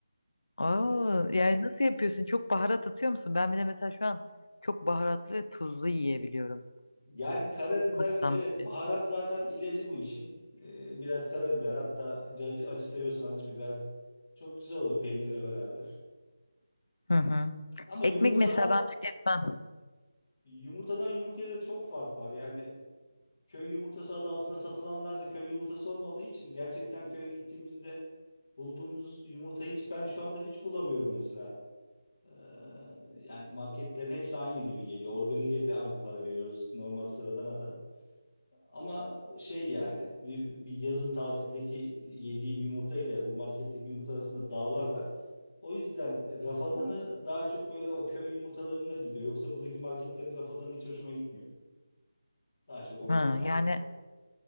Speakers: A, on the left; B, on the left.
A: Oo,
B: Öyle.
A: yani nasıl yapıyorsun? Çok baharat atıyor musun? Ben bir de mesela şu an çok baharatlı ve tuzlu yiyebiliyorum.
B: Yani karabiber
A: Haşlanmış.
B: evet baharat zaten ilacı bu işin. Ee, biraz karabiber hatta acı, acı seviyorsan acı biber çok güzel oluyor peynirle beraber.
A: Hı hı.
B: Ama
A: Ekmek
B: yumurtadan
A: mesela ben tüketmem.
B: yumurtadan yumurtaya da çok fark var. Yani köy yumurtası adı altında satılanlar da köy yumurtası olmadığı için gerçekten köye gittiğimizde bulduğumuz yumurtayı hiç ben şu anda hiç bulamıyorum mesela. Ee, yani marketlerin hepsi aynı gibi geliyor. Organik'e de aynı para veriyoruz normal sıradana da. Ama şey yani bir, bir yazın tatildeki yediğim yumurta ile bu marketteki yumurta arasında dağlar var. O yüzden rafadanı daha çok böyle o köy yumurtalarında gidiyor. Yoksa buradaki marketlerin rafadanı hiç hoşuma gitmiyor. Daha çok omlet
A: Hı,
B: daha
A: yani
B: iyi.